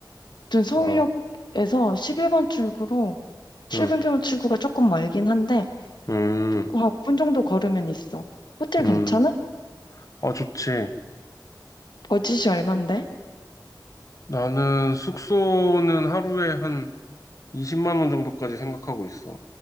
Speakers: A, on the left (about 70°); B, on the left (about 45°).
A: 아무튼 서울역에서
B: 아,
A: 11번 출구로 11번
B: 음,
A: 출구가 조금 멀긴 한데
B: 음,
A: 조금 한 오 분 정도 걸으면 있어. 호텔
B: 음.
A: 괜찮아?
B: 아, 좋지.
A: 버짓이 얼만데?
B: 나는 숙소는 하루에 한 20만 원 정도까지 생각하고 있어.